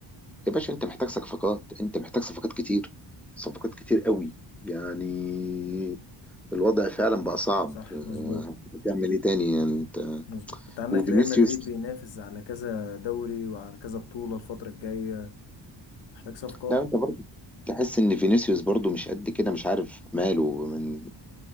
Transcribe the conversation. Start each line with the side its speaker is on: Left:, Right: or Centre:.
Centre: يا باشا انت محتاج صفقات انت محتاج صفقات كتير صفقات كتير قوي يعني الوضع فعلا بقى صعب
Left: صح
Centre: آه،
Left: مظبوط
Centre: هتعمل ايه تاني يعني انت
Left: مظبوط انت عندك
Centre: وفينيسيوس
Left: ريال مدريد بينافس على كذا دوري وعلى كذا بطولة الفترة الجاية محتاج صفقات
Centre: لا انت برضه تحس ان فينيسيوس برضه مش قد كده مش عارف ماله من